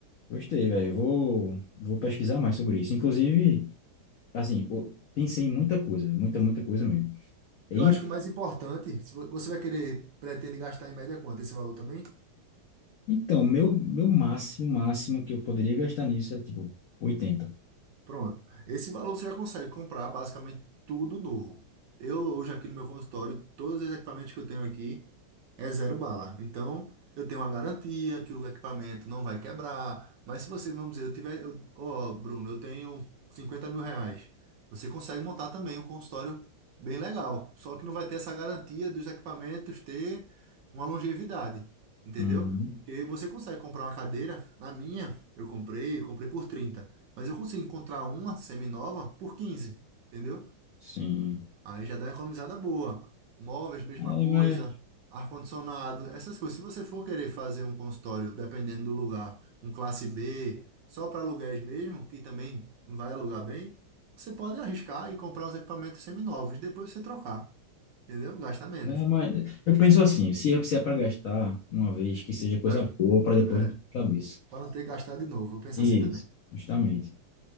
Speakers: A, on the left; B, on the right.
A: gostei, velho. Eu Vou, vou pesquisar mais sobre isso. Inclusive, assim, eu pensei em muita coisa, muita, muita coisa mesmo. E-
B: Eu acho que o mais importante, se vo- você vai querer, pretende gastar em média quanto esse valor também?
A: Então, meu, meu máximo, máximo que eu poderia gastar nisso era, tipo, 80.
B: Pronto. Esse valor você já consegue comprar basicamente tudo novo. Eu hoje aqui no meu consultório, todos os equipamentos que eu tenho aqui é zero bala. Então, eu tenho uma garantia que o equipamento não vai quebrar. Mas se você, vamos dizer, eu tiver, eu- ó, Bruno, eu tenho cinquenta mil reais. Você consegue montar também um consultório bem legal. Só que não vai ter essa garantia dos equipamentos ter uma longevidade. Entendeu?
A: Uhum,
B: Porque você consegue comprar uma cadeira. Na minha, eu comprei, comprei por trinta mas eu consigo encontrar uma semi nova por 15, entendeu?
A: sim.
B: Aí já dá uma economizada boa. Móveis, mesma
A: É,
B: coisa.
A: mas,
B: Ar-condicionado, essas coisas. Se você for querer fazer um consultório, dependendo do lugar, um classe B, só para aluguéis mesmo, que também vai alugar bem, você pode arriscar e comprar uns equipamentos semi novos, depois você trocar, entendeu? Gasta menos.
A: é, mas eu penso assim, se, é, se é para gastar uma vez, que seja coisa
B: Gasta,
A: boa para depois
B: é,
A: não ter cabeça.
B: para não ter que gastar de novo. Eu penso
A: Isso,
B: assim também.
A: justamente.